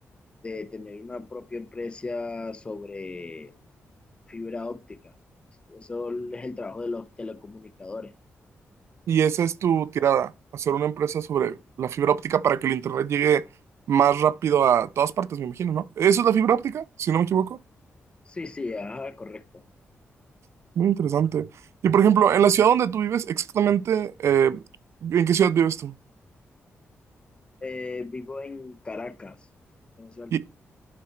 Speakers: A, on the left; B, on the right.
A: de tener una propia empresa sobre fibra óptica. Eso es el trabajo de los telecomunicadores.
B: Y esa es tu tirada, hacer una empresa sobre la fibra óptica para que el internet llegue más rápido a todas partes, me imagino, ¿no? ¿Eso es la fibra óptica, si no me equivoco?
A: Sí, sí, ajá, correcto.
B: Muy interesante. Y por ejemplo, en la ciudad donde tú vives, exactamente, eh, ¿en qué ciudad vives tú?
A: Eh, vivo en Caracas, Venezuela.
B: Y